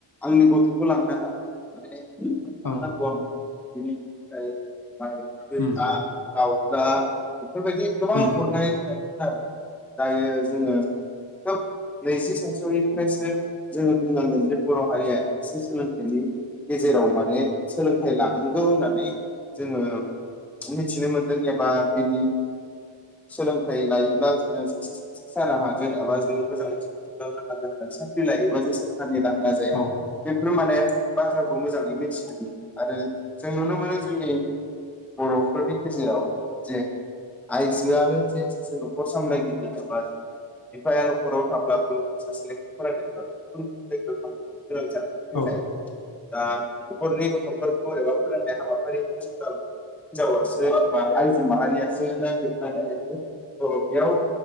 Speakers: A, in the centre; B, on the left (about 40°).
A: आंनि गथ'खौ लांनाङा माने <inaudible> म
B: औ
A: नांगौ बिनि दायो <inaudible> बा दिद
B: उम
A: आ आव दा बेफोरबायदि गोबां
B: उम
A: हरनाय होन दायो जोङो खोब नैजि सेन्सुरिनि
B: उम
A: फ्रायसो जोङो बुंनांगोन जे बर' हारिया एसे सोलोंथाइनि गेजेराव माने सोलोंथाइ लानांगौ होननानै जोङो मिथिनो मोनदों एबा बिनि सोलों थाइ लायोब्ला जोङो सासे साक्सेस जानो हागोन एबा जोङो मोजाङै ज खुंलांनो हागोन आरो साख्रि लायोबा जे सोरखारनि रां जाया
B: औ
A: बे बेफोर माने बाथ्राखौ मोजाङै मिथिनो मोन आरो जों नुनो मोनो जोंनि बर'फोरनि गेजेराव जे आइजो आनो सासे न'खर सामलायगिरि एबा बिफाया न'खराव थाब्लाबो सासे लेखा फरायनायब्लाबो गुबुन गुबुन जायगायाव थांनो गोनां जानायनिफ्राय
B: औ
A: जायो दा न'खरनि गथ'फोरखौ एबा फोरोंनाय हाबाफारिखौ ज हिनजावासो एबा आइजो माहारियासो नागिरनानै अ बेयाव